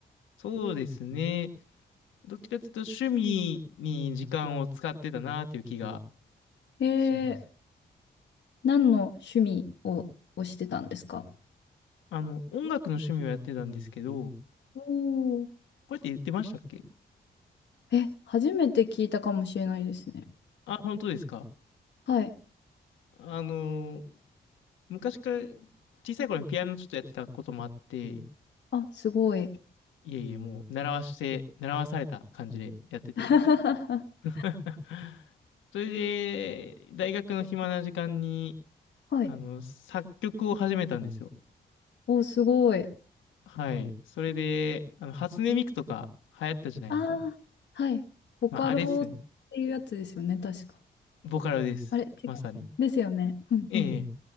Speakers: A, on the left; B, on the left.
A: そうですね。どっちかというと趣味に時間を使ってたなという気が
B: え
A: します。
B: ー、何の趣味を、をしてたんですか
A: あの、音楽の趣味をやってたんですけど、
B: おー
A: これって言ってましたっけ
B: え、初めて聞いたかもしれないですね。
A: あ、本当ですか。
B: はい。
A: あの、昔から小さい頃にピアノちょっとやってたこともあって、
B: あ、すごい。
A: いえいえ、もう習わして、習わされた感じでやってて。
B: <laughs>
A: <laughs> それで、大学の暇な時間に、
B: はい。
A: あの、作曲を始めたんですよ。
B: お、すごい。
A: はい。それで、あの、初音ミクとか流行ったじゃないですか。
B: ああ、はい。ボカロっていうやつですよね、
A: まあ、あれっすね。
B: 確か。
A: ボカロです。
B: あれ、違う。
A: まさに。
B: ですよね。うんうん。
A: ええ、